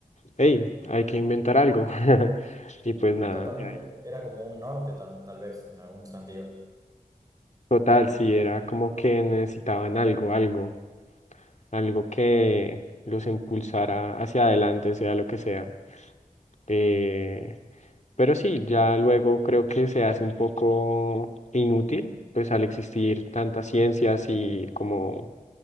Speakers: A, on the left (about 55°); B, on the right (about 25°).
A: hey, hay que inventar algo. <laughs> Y pues
B: Sí,
A: nada,
B: totalmente.
A: Ya,
B: Era como un norte tal, tal vez, en algún sentido.
A: total, sí, era como que necesitaban algo, algo. algo que los impulsara hacia adelante, sea lo que sea. Eh, pero sí, ya luego creo que se hace un poco inútil, pues al existir tantas ciencias y como